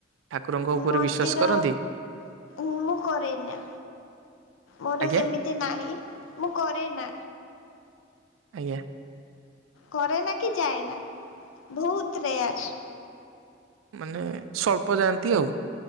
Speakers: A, on the right (about 80°); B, on the left (about 85°).
A: ଠାକୁରଙ୍କ ଉପରେ
B: ମନ୍ଦିର
A: ବିଶ୍ଵାସ କରନ୍ତି
B: ମୁଁ ମୋ କରେ ନା, ମୋର
A: ଆଜ୍ଞା
B: ସେମିତି ନାହିଁ ମୁଁ କରେ ନା।
A: ଆଜ୍ଞା।
B: କରେ ନା କିି ଯାଏନା ଭହୁତ ରେୟାର।
A: ମାନେ ସ୍ୱଳ୍ପ ଯାଆନ୍ତି ଆଉ